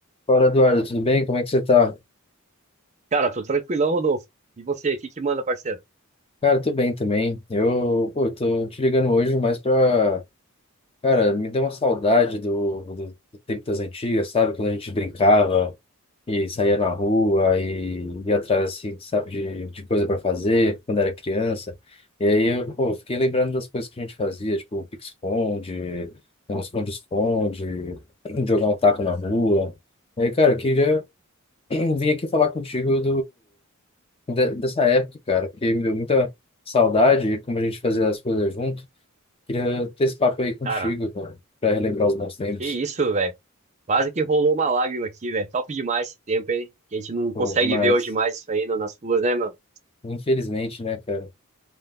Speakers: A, on the left; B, on the right.
A: Fala, Eduardo, tudo bem? Como é que você tá?
B: Cara, tô tranquilão, Rodolfo. E você, o que que manda, parceiro?
A: Cara, tô bem também. Eu, pô, tô te ligando hoje mais pra... Cara, me deu uma saudade do, do, do tempo das antigas, sabe? Quando a gente brincava e saía na rua e ia atrás, assim, sabe, de, de coisa pra fazer quando era criança. E aí eu, pô, fiquei lembrando das coisas que a gente fazia, tipo um pique-esconde, um esconde-esconde, <clears throat> jogar um taco na rua. E aí, cara, eu queria <clears throat> vir aqui falar contigo de- dessa época, cara, porque me deu muita saudade e como a gente fazia as coisas junto. Queria ter esse papo aí contigo,
B: Cara,
A: cara, pra relembrar os bons tempos.
B: que isso, velho. Quase que rolou uma lágrima aqui, velho. Top demais esse tempo, hein? Que a gente não
A: Pô,
B: consegue
A: demais.
B: ver hoje mais isso aí no- nas ruas, né, mano?
A: Infelizmente, né, cara?